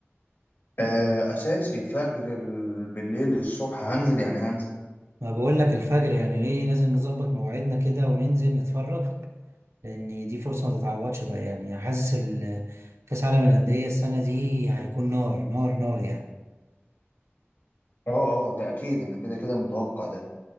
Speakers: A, on the left (about 50°); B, on the right (about 90°).
A: آه... اساسي الفجر ال- بالليل الصبح هنزل يعني هنزل
B: ما بقول لك الفجر يعني ليه لازم نظبط مواعيدنا كده وننزل نتفرج لان دي فرصه ما تتعوضش بقى يعني حاسس ال- كاس عالم الانديه السنه دي هيكون نار نار نار يعني
A: اه اه ده اكيد انا كده كده متوقع ده